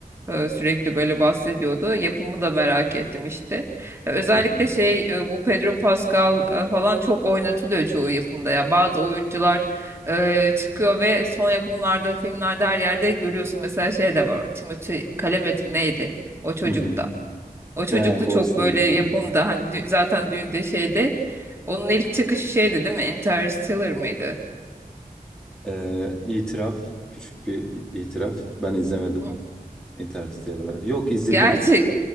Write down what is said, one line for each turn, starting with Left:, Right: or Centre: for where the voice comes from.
Right: E, sürekli böyle bahsediyordu. Yapımı da merak ettim işte. E, özellikle
Centre: hı hı.
Right: şey e, bu Pedro Pascal e, falan çok oynatılıyor çoğu yapımda ya. Bazı oyuncular e, çıkıyor ve son yapımlarda, filmlerde her yerde görüyorsun. Mesela şey de var. o Timothée Chalamet mi neydi? O çocukta.
Centre: Hı hı.
Right: O çocuklu
Centre: Ryan Gosling
Right: çok böyle yapımda
Centre: falan da.
Right: hani dü- zaten düğünde şeyde onun ilk çıkışı şeydi değil mi? Interstellar mıydı?
Centre: Ee, itiraf, küçük bir itiraf. Ben izlemedim.
Right: Hı.
Centre: Interstellar. Yok izledim.
Right: Gerçek.